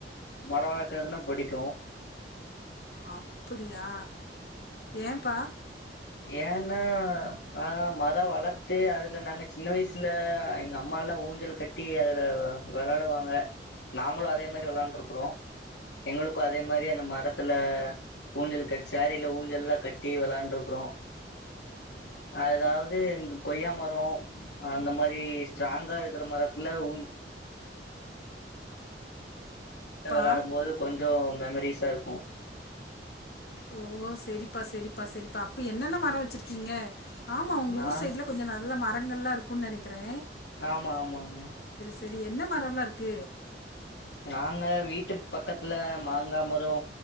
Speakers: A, on the left; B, on the left.
A: மர வளக்கறதுன்னா புடிக்கு
B: ஆப் அப்புடியா ஏம்பா
A: ஏனா ஆஹ் மரம் வளத்து அதுல நாங்க சின்ன வயசுல எங்க அம்மா எல்லா ஊஞ்சல் கட்டி அதுல விளாடுவாங்க நாங்களு அதே மாதிரி விளாண்ட்ருக்கிறோ எங்களுக்கு அதே மாரி அந்த மரத்துல ஊஞ்சல் கட் சேரில ஊஞ்சல் எல்லா கட்டி விளையாண்டுருக் கிறோ அதாவது இந்த கொய்யா மர அந்த மாதிரி ஸ்ட்ராங்கா இருக்கிற மரத்துல ஊ ஞ்ச
B: பா
A: விளாடு போது கொஞ்சோ மெமரிஸ் இத்தாருக்கு
B: ஓ சரிப்பா சரிப்பா சரிப்பா அப்ப என்னென்ன மர வச்சிருக்கீங்க ஆமா உங்க
A: நா
B: ஊர் சைட்ல கொஞ்ச நல்ல ம ரங்கள்லா இருக்குன் நெனைக்கிறே
A: ஆமா ஆமாங்க
B: சரி என்ன மரம்ல்லா இருக்கு
A: நாங்க வீட்டு பக்கத்துல மாங்காம ரோ